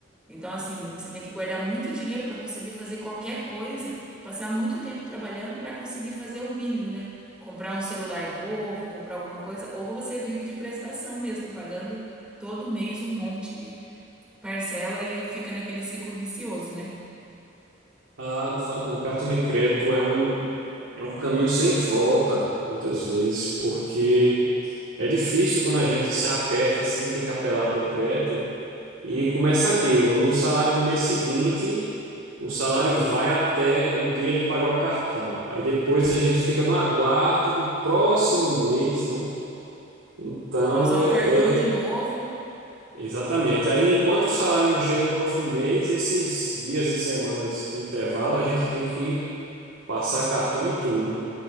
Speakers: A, in the centre; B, on the right.
A: Então, assim, você tem que guardar muito dinheiro para conseguir fazer qualquer coisa, passar muito tempo trabalhando para conseguir fazer o mínimo, né? Comprar um celular novo, comprar alguma coisa, ou você vive de prestação mesmo, pagando todo mês um monte de parcela e fica naquele ciclo vicioso, né?
B: Ah, não falei, não. Cartão de crédito é um, é um caminho sem volta, muitas vezes, porque é difícil quando a gente se aperta assim, tem que apelar para o crédito e começa aquilo. No salário do mês seguinte, o salário vai até o dia de pagar o cartão. Aí depois a gente fica no aguardo do próximo mês, né? Então,
A: Pra usar o
B: é,
A: cartão de novo,
B: é- exatamente. Aí, enquanto o salário não chega no próximo mês, esses dias e semanas de intervalo, a gente tem que passar cartão em tudo.